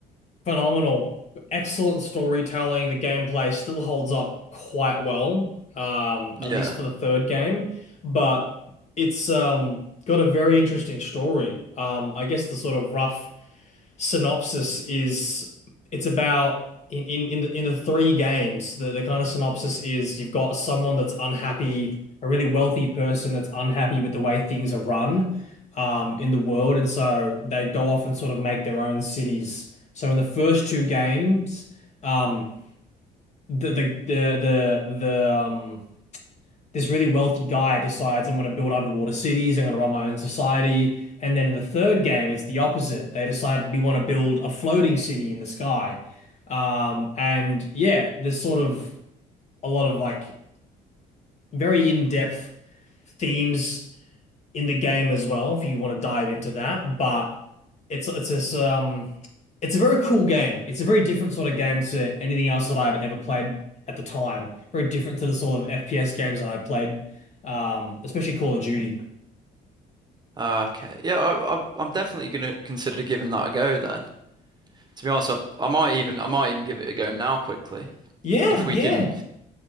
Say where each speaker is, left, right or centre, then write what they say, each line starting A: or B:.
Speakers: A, on the left; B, on the right.
A: Phenomenal. Excellent storytelling. The gameplay still holds up quite well, um,
B: Yeah.
A: at least for the third game, but it's um, got a very interesting story. Um, I guess the sort of rough synopsis is it's about in in in the, in the three games the, the kind of synopsis is you've got someone that's unhappy a really wealthy person that's unhappy with the way things are run um in the world and so they go off and sort of make their own cities so in the first two games um the the the the, the um this really wealthy guy decides I'm going to build underwater cities, I'm going to run my own society. And then in the third game, it's the opposite. They decide we want to build a floating city in the sky. Um, and yeah, there's sort of a lot of like very in-depth themes in the game as well if you want to dive into that. But it's it's this um it's a very cool game. It's a very different sort of game to anything else that I'd ever played at the time. Very different to the sort of FPS games that I'd played, um, especially Call of Duty.
B: Ah, Okay. Yeah, I, I, I'm definitely gonna consider giving that a go then. To be honest, I, I might even I might even give it a go now quickly
A: Yeah,
B: if we
A: yeah.
B: can.